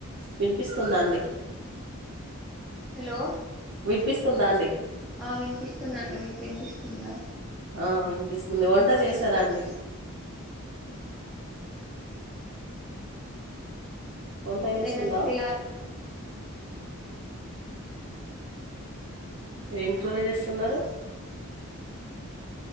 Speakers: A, on the right (about 60°); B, in the centre.
A: వినిపిస్తుందా అండి
B: హలో
A: వినిపిస్తుందా అండి
B: ఆ వినిపిస్తుందండి మీకు వినిపిస్తుందా
A: ఆ వినిపిస్తుంది వంట చేశారా అండి వంట చేసిందా
B: లేదండి చెయ్యాలి
A: ఏం కూర చేస్తున్నారు